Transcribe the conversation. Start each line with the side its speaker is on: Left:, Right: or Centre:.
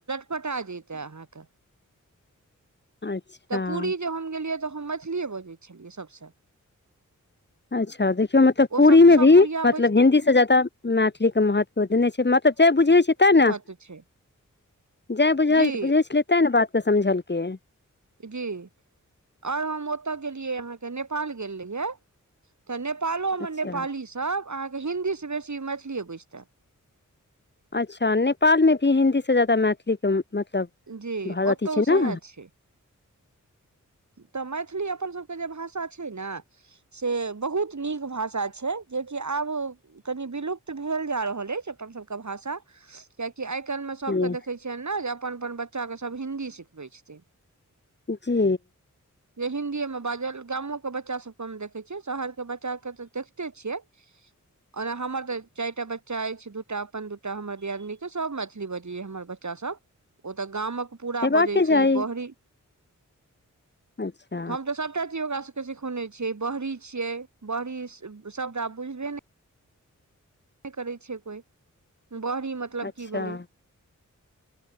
Right: पटा जते अहाँके
Left: अच्छा
Right: तऽ पूरी जे हम गेलियै तऽ हम मैथलिए बजै छलियै सभ सँ
Left: अच्छा देखियौ मतलब पुरी
Right: ओसभ
Left: मे भी मतलब
Right: बजितै
Left: हिंन्दी सँ ज्यादा मैथिली के महत्व ओ देने छै मतलब जाय बुझै छैै ते ने
Right: त छै
Left: जाय बुझ
Right: जी
Left: बुझै छलै तें ने बात के समझलके ए
Right: जी आओर हम ओतय गेलियै अहाँकेँ नेपाल गेल रहियै तऽ नेपालो मे
Left: अच्छा
Right: नेपाली सभ अहाँके हिन्दी सँ बेसी मैथिलीए बुझितै
Left: अच्छा नेपाल मे भी हिन्दी सँ जादा मैथिली के मतलब
Right: जी
Left: भाव
Right: ओतौ
Left: अथी छै ने
Right: सएहे छै तऽ मैथिली अपन सभके जे भाषा छै ने से बहुत नीक भाषा छै जेकि आब कनि विलुप्त भेल जा रहल अछि अपन सभके भाषा कियाकि आइ काल्हि मे सबके
Left: जी
Right: देखै छियनि नऽ जे अपन अपन बच्चा के सब हिन्दी सिखबै छथिन
Left: जी
Right: जे हिंदीएमे बाजल गामो के बच्चा सभ कम देखै छियै शहरके बच्चा केँ तऽ देखिते छियै ओना हमर तऽ चारि टा बच्चा अछि दूटा अपन दूटा हमर दियादिनि के सब मैथिली बजैया हमर बच्च बच्चा सब ओतऽ गामक पूरा
Left: हेबाक
Right: बजै
Left: के चाही
Right: छै ई बहरी
Left: अच्छा
Right: हम तऽ सबटा चीज ओकरा सबके सिखौने छियै बहरी छिये बहरी शब्द आब बुझबे ने करै छै कोइ बहरी मतलब
Left: अच्छा
Right: की भेलै